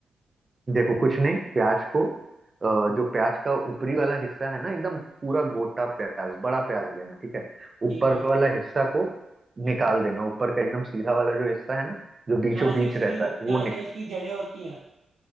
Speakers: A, on the right; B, on the right.
A: देखो कुछ नहीं प्याज को अ, जो प्याज का ऊपरी वाला हिस्सा है ना एकदम पूरा गोटा प्याज बड़ा प्याज लेना ठीक है
B: ठीक
A: ऊपर
B: है
A: वाला हिस्सा को निकाल देना ऊपर का एकदम सीधा वाला जो हिस्सा है ना जो बीचों
B: जहाँ
A: बीच
B: से उसकी
A: रहता है वो
B: जहाँ
A: निक
B: से उसकी जड़ें होती हैं